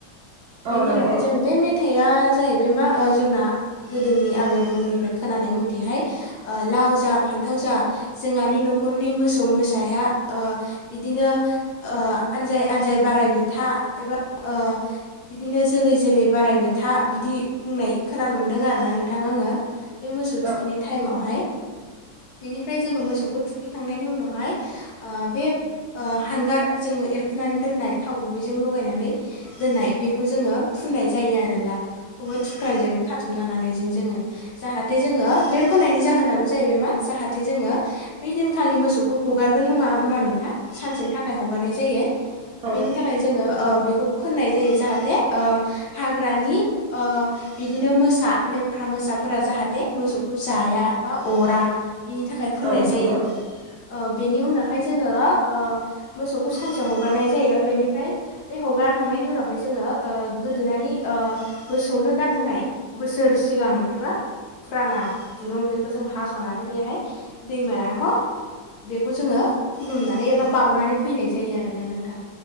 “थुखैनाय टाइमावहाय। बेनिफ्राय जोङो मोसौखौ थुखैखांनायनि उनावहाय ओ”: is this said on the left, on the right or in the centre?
Left